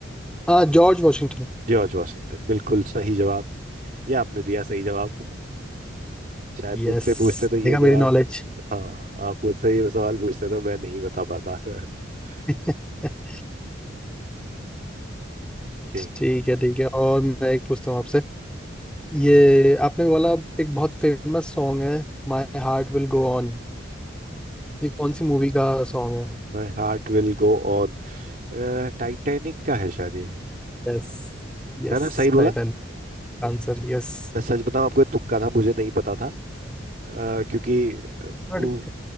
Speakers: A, in the centre; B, on the right.
A: हाँ जॉर्ज वॉशिंगटन
B: जॉर्ज वॉशिंगटन बिल्कुल सही जवाब ये आपने दिया सही जवाब शायद मुझसे
A: यस
B: पूछते तो ये
A: देखा
B: जवाब
A: मेरी नॉलेज
B: हाँ आप मुझसे ये सवाल पूछते तो मैं नहीं बता पाता <laughs>
A: <laughs>
B: Okay
A: ठीक है ठीक है और मैं एक पूछता हूँ आपसे ये आपने बोला एक बहुत फेमस सॉन्ग है my heart will go on ये कौन सी मूवी का सॉन्ग
B: My heart will go on Titanic का है शायद ये
A: है Yes yes
B: है ना सही बोला
A: Pattern answer Yes
B: मैं सच बताऊं आपको ये तुक्का था मुझे नहीं पता था अ, क्योंकि
A: but
B: उ,